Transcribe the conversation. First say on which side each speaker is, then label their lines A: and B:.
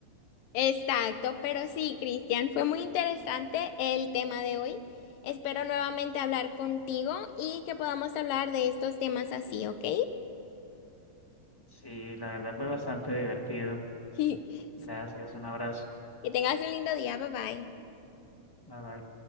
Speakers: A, on the left (about 75°); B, on the left (about 20°).
A: exacto. Pero sí, Cristian, fue muy interesante el tema de hoy. Espero nuevamente hablar contigo y que podamos hablar de estos temas así, ¿ok?
B: Sí, la verdad fue bastante divertido.
A: <laughs> Sí,
B: Gracias, un abrazo.
A: que tengas un lindo día, bye bye.
B: Bye bye.